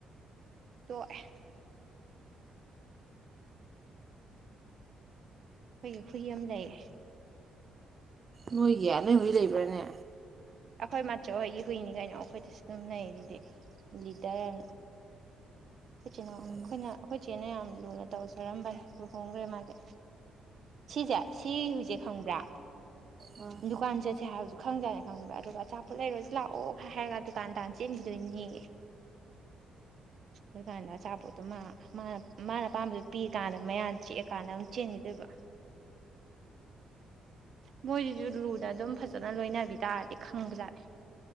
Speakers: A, on the right; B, on the right.
A: ꯇꯣꯛꯑꯦ ꯑꯩꯈꯣꯏꯒꯤ ꯍꯨꯏ ꯑꯃ ꯂꯩꯌꯦ
B: ꯅꯣꯏꯒꯤ ꯅꯣꯏ ꯍꯨꯏ ꯂꯩꯕ꯭ꯔꯥꯅꯦ
A: ꯑꯩꯈꯣꯏ ꯃꯆꯧ ꯍꯣꯏꯒꯤ ꯍꯨꯏꯅꯤ ꯀꯩꯅꯣ ꯑꯩꯈꯣꯏꯗꯁꯨ ꯑꯗꯨꯝ ꯂꯩ ꯑꯗꯨꯗꯤ ꯂꯤꯗꯔꯅ ꯑꯩꯈꯣꯏ ꯏꯆꯤꯅꯥꯎ
B: ꯎꯝ
A: ꯑꯩꯈꯣꯏꯅ ꯑꯩꯈꯣꯏ ꯏꯆꯦꯅ ꯌꯥꯝ ꯂꯨꯅ ꯇꯧꯖꯔꯝꯕꯅꯦ ꯂꯨꯍꯣꯡꯈ꯭ꯔꯦ ꯃꯥꯜꯂꯦ ꯁꯤꯁꯦ ꯁꯤ ꯍꯨꯏꯖꯦ ꯈꯪꯕ꯭ꯔꯥ
B: ꯑꯥ
A: ꯗꯨꯀꯥꯟ ꯆꯠꯁꯦ ꯍꯥꯏꯔꯁꯨ ꯈꯪꯖꯥꯠꯅꯦ ꯈꯪꯕ꯭ꯔꯥ ꯑꯗꯨꯒ ꯑꯆꯥꯄꯣꯠ ꯂꯩꯔꯣꯁꯨ ꯂꯥꯛꯑꯣ ꯍꯥꯏꯔꯒ ꯗꯨꯀꯥꯟꯗꯥꯥꯟ ꯆꯦꯟꯈꯤꯗꯣꯏꯅꯤ ꯑꯗꯨꯀꯥꯟꯗ ꯑꯆꯥꯄꯣꯠꯇꯣ ꯃꯥ ꯃꯥꯅ ꯃꯥꯅ ꯑꯄꯥꯝꯕꯗꯨꯣ ꯄꯤꯔꯀꯥꯟꯗ ꯃꯌꯥꯌꯥꯝ ꯆꯤꯛꯑꯀꯥꯟꯗ ꯑꯃꯨꯛ ꯆꯦꯟꯈꯤꯗꯣꯏꯕ ꯃꯣꯏꯁꯤꯁꯨ ꯂꯨꯅ ꯑꯗꯨꯝ ꯐꯖꯅ ꯂꯣꯏꯅꯕꯤ ꯇꯥꯔꯗꯤ ꯈꯪꯕꯖꯥꯠꯂꯦ